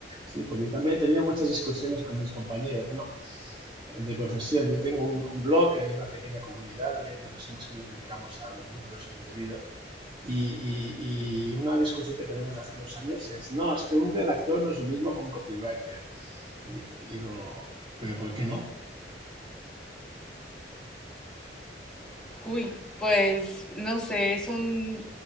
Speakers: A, on the right; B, in the centre.
A: Sí, porque también he tenido muchas discusiones con mis compañeros, ¿no? De profesión. Yo tengo un, un blog, hay una pequeña comunidad de, de personas que nos dedicamos al mundo de los contenidos. Y, y- y una discusión que tenemos hace unos años es, no, es que un redactor no es lo mismo que un copywriter. Y digo, digo, pero ¿por qué no?
B: Uy, pues no sé, es un,